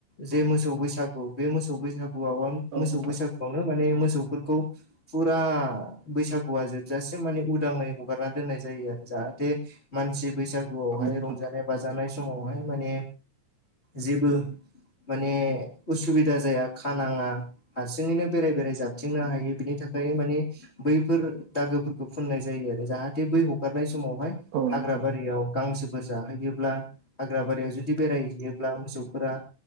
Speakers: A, on the left; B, on the right.
A: जे मोसौ बैसागु बे मोसौ बैसागुआव
B: औ
A: मोसौ बैसागु नो <unintelligible> माने मोसौफोरखौ फुरा बैसागुआ जोबजासिम माने उदांङै हगारना दोननाय जायो जाहाथे मानसि बैसागुआवहाय
B: नोंथां औ नोंथां औ नोंथां
A: रंजानाय बाजानाय समावहाय माने जेबो माने उसुबिदा जाया खानाङा हारसिङैनो बेराय बेराय जाबथिंनो हायो बिनि थाखाय माने बैफोर दागोफोरखौ फुननाय जायो आरो जाहाथे बै हगारनाय समावहाय
B: औ नोंथां
A: हाग्र बारियाव गांसोफोर जाहोयोब्ला हाग्र बारियाव जुदि बेरायहैयोब्ला मोसौफोरा